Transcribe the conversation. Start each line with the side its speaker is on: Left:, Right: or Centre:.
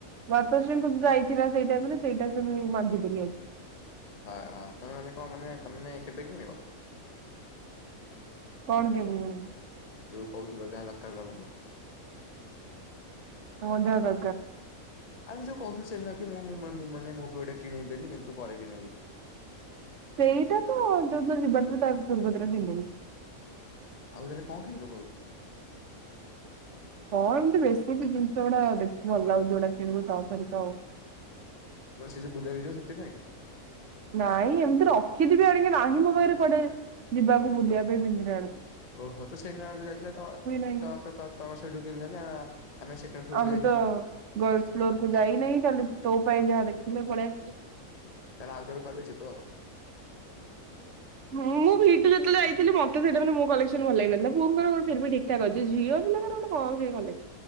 Right: ମାତାଶ୍ରୀଙ୍କୁ ଯାଇଥିଲା ସେଇ ଟାଇମରେ ସେଇଡା ସିଏ ମୁଁ ମାଗିଥିଲି ଆଉ
Left: ଅହଁ ତମେ ମାନେ କଁ ମାନେ ତମେ କେବେ କିଣିବ।
Right: କଣ କେବେ ମାନେ।
Left: ଯୋଉ କହୁଥିଲ <unintelligible>
Right: ମୋ ଦରକାର
Left: ଆରେ ଯୋଉ କୋହୁଥୁଲୁ ସେଦିନ କି ମୁଁ ମୁଁ ମା ମୁଁ ମାନେ ମୁଁ ବି ଗୋଟେ କିଣିବ ବୋଲିି କିନ୍ତୁ ପରେ କିଣିବି
Right: ସେଇଟା ତ ଯୋଉଦିନ ଯିବାରଥିଲା ତା ପୂର୍ବଦିନ କିଣିଦେବି।
Left: ଆଉ ତାହେଲେ କଁ କିଣିବ କୋହୁଥୁଲୁ।
Right: ହଁ ଏମିତି ବେଶିକ ଜିନ୍ସ ଗୁଡା ଦେଖିବି ଭଲ ଲାଗୁଚି ଯୋଉଡା କିଣିବି ତାପରିକା ଆଉ।
Left: ମୁଁ କହିଲି ସେ ଯୋଉ ବୁଲିବାକୁ ଯିବ ସେଥିପାଇଁ।
Right: ନାଇଁ ଏମିତି ରଖିଥିବି ଆଣିକି ନାହିଁ ମୋ ପାଖରେ କୁଆଡ଼େ ଯିବାକୁ ବୁଲିବା ପାଇଁ ପିନ୍ଧିଲାବେଳକୁ
Left: ଓହୋ ତ ସେଦିନ ଆମେ ଯୋଉ ଯାଇଥିଲେ ତ
Right: ନାହିଁ
Left: ତ ତ ତ ତ ସେଇଠୁ କିଣିଲେନି ଆମେ ଆମେ ସେକେଣ୍ଡ ସୋ
Right: ଆମେ
Left: କୁ
Right: ତ ଗର୍ଲ୍ସ ଫ୍ଲୋରକୁ ଯାଇନେହିଁ ଖାଲି ତୋ ପାଇଁ ଯାହା ଦେଖିଲେ ପଳେଇଆ
Left: ତାହାଲେ ଆଉ କେବେ କହିଲେ ଯିବ ଆଉ।
Right: ହୁଁ ମୁଁ ମୁଁ ଭି ଟୁ ଯେତୋବେଳେ ଯାଇଥିଲି ମତେ ସେଇଟା ମାନେ ମୋ କଲେକ୍ସନ ଭଲ ଲାଗିନଥିଲା ପୁଅଙ୍କର ଗୋ ଫିର୍ ଭୀ ଠିକ୍ ଠାକ୍ ଅଛି ଝିଅ ପିଲାଙ୍କର ଗୋଟେ କଁ କି କଲେ